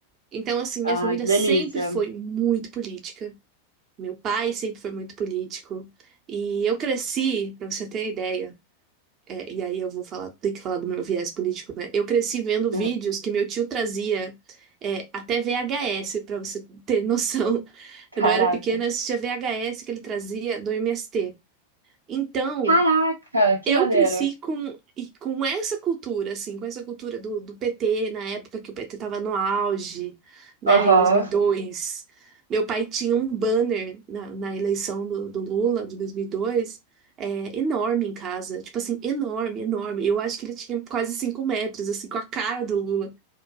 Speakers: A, on the right; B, on the right.
A: Então, assim, minha
B: Ai,
A: família
B: que
A: sempre
B: delícia.
A: foi muito política. Meu pai sempre foi muito político. E eu cresci, pra você ter ideia. É, e aí eu vou falar, ter que falar do meu viés político, né? Eu cresci vendo vídeos
B: Aham.
A: que meu tio trazia é, até VHS, pra você ter noção. <laughs>
B: Caraca.
A: Quando eu era pequena, eu assistia VHS que ele trazia do MST. Então,
B: Caraca, que
A: eu
B: maneiro.
A: cresci com, e com essa cultura, assim, com essa cultura do, do PT, na época que o PT estava no auge, né,
B: Aham.
A: em 2002. Meu pai tinha um banner na, na eleição do, do Lula, de 2002, é, enorme em casa, tipo assim, enorme, enorme. Eu acho que ele tinha quase 5 metros, assim, com a cara do Lula.